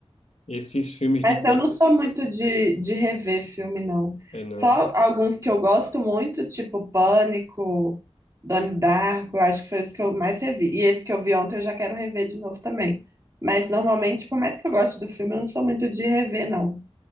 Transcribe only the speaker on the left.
Esses filmes
de. gan-
É, não.